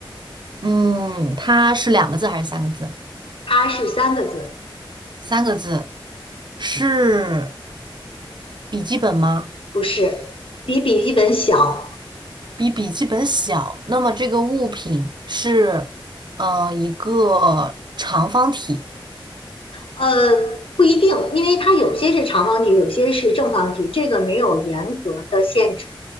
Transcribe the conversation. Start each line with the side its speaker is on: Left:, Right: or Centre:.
Right: 嗯，它是两个字还是三个字？
Left: 它是三个字，
Right: 三个字，是笔记本吗？
Left: 不是，比笔记本小。
Right: 比笔记本小，那么这个物品是，呃，一个长方体，
Left: 呃，不一定，因为它有些是长方体，有些是正方体，这个没有严格的限制，